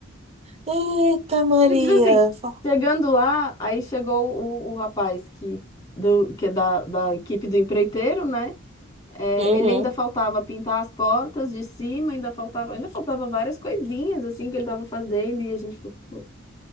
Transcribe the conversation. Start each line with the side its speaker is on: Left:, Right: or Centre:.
Right: Eita, Maria.
Left: Simples assim.
Right: Fa-
Left: Chegando lá, aí chegou o, o rapaz que, do, que é da, da equipe do empreiteiro, né? É,
Right: Uhum,
Left: ele ainda faltava pintar as portas de cima, ainda faltava, ainda faltava várias coisinhas assim que ele estava fazendo, e a gente falou, pô.